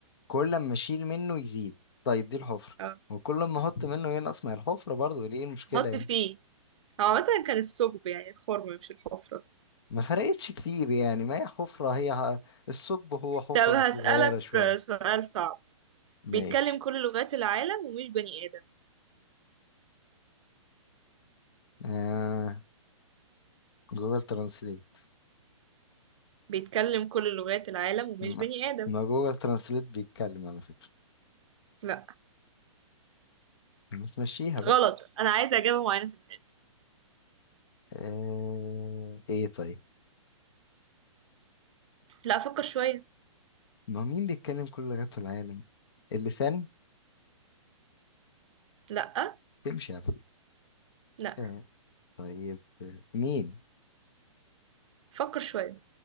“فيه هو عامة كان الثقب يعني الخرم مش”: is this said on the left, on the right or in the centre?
Right